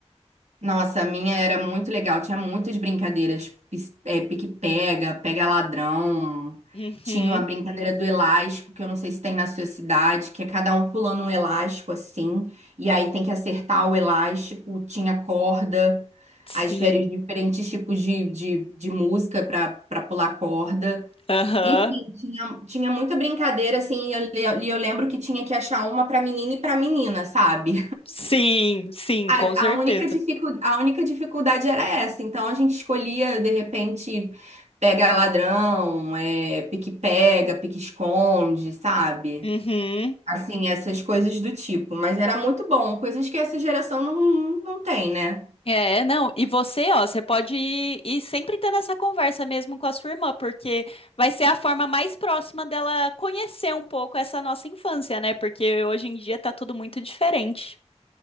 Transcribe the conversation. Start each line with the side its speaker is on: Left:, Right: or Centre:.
Right: Nossa, a minha era muito legal. Tinha muitas brincadeiras. pis- é, pique-pega, pega-ladrão.
Left: Uhum.
Right: Tinha uma brincadeira do elástico, que eu não sei se tem na sua cidade, que é cada um pulando um elástico assim. E aí tem que acertar o elástico. Tinha corda.
Left: Sim.
Right: As férias, diferentes tipos de, de, de música para para pular corda.
Left: Aham.
Right: Enfim, tinha, tinha muita brincadeira assim. E eu, le- e eu lembro que tinha que achar uma para menina e para menina, sabe?
Left: Sim, sim,
Right: A,
Left: com certeza.
Right: a única dificu- a única dificuldade era essa. Então a gente escolhia, de repente, pega ladrão, é, pique-pega, pique-esconde, sabe?
Left: Uhum.
Right: Assim, essas coisas do tipo. Mas era muito bom, coisas que essa geração não, não tem, né?
Left: É, não, e você, ó, você pode ir, ir sempre tendo essa conversa mesmo com a sua irmã, porque vai ser a forma mais próxima dela conhecer um pouco essa nossa infância, né? Porque hoje em dia tá tudo muito diferente.